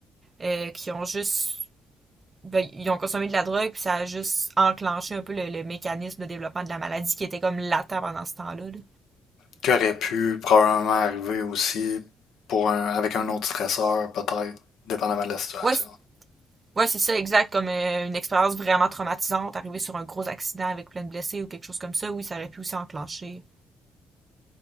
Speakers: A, on the right; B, on the left.
A: euh, qui ont juste, ben, ils ont consommé de la drogue, puis ça a juste enclenché un peu le, le mécanisme de développement de la maladie qui était comme latent pendant ce temps-là, là.
B: Qui aurait pu probablement arriver aussi pour un, avec un autre stresseur, peut-être, dépendamment de la situation.
A: Ouais, Ouais, c'est ça, exact, comme euh, une expérience vraiment traumatisante, arriver sur un gros accident avec plein de blessés ou quelque chose comme ça, oui, ça aurait pu aussi enclencher.